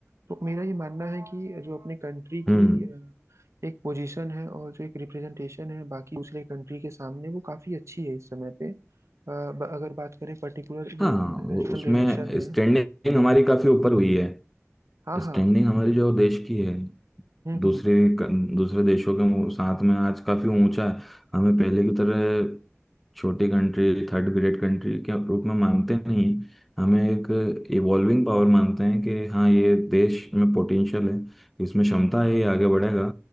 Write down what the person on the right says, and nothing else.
तो मेरा ये मानना है कि जो अपने कंट्री
की अ, एक पोजीशन है और जो एक रिप्रेजेंटेशन है बाकी दूसरे कंट्री के सामने वो काफी अच्छी है इस समय पे अ, ब- अगर बात करें पर्टिकुलर जो
इंटरनेशनल
रिलेशन है
हाँ
हाँ
हम्म
हम्म